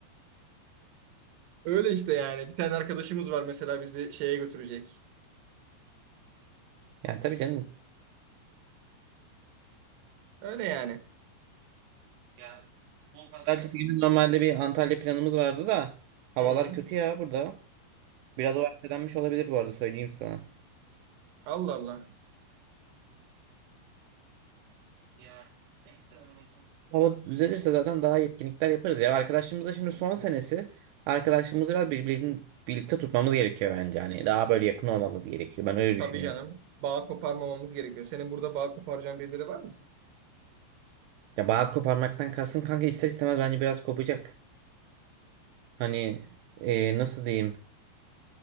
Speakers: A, on the right; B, on the right.
A: Öyle işte yani. Bir tane arkadaşımız var mesela bizi şeye götürecek.
B: Ya tabii canım.
A: Öyle yani.
B: Ya o kadar Ertesi günü normalde bir Antalya planımız vardı da havalar
A: Hı.
B: kötü ya burada. Biraz o ertelenmiş olabilir bu arada söyleyeyim sana.
A: Allah Allah.
B: Ya neyse onun o Hava düzelirse zaten daha iyi etkinlikler yaparız ya. Arkadaşımızda şimdi son senesi. Arkadaşımızı biraz birbirini birlikte tutmamız gerekiyor bence. Yani daha böyle yakın olmamız gerekiyor. Ben öyle
A: Tabii
B: düşünüyorum.
A: canım. Bağ koparmamamız gerekiyor. Senin burada bağ koparacağın birileri var mı?
B: Ya bağ koparmaktan kalsın kanka ister istemez bence biraz kopacak. Hani e, nasıl diyeyim?